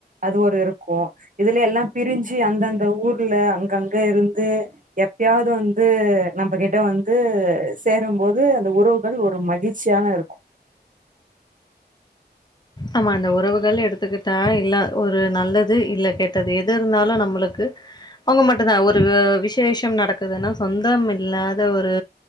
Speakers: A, on the right; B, on the left.
A: அது ஒரு இருக்கு இதுல எல்லாம் பிரிஞ்சு அந்தந்த ஊர்ல அங்கங்க இருந்து எப்பயாவது வந்து நம்மகிட்ட வந்து சேரும்போது அந்த உறவுகள் ஒரு மகிழ்ச்சியான இருக்கு
B: ஆமா அந்த உறவுகள் எடுத்துக்கிட்டா இல்ல ஒரு நல்லது இல்ல கெட்டது எது இருந்தாலு நம்மளுக்கு அவங்க மட்டும் தா ஒரு விசேஷம் நடக்குதுன்னா சொந்தம் இல்லாத ஒரு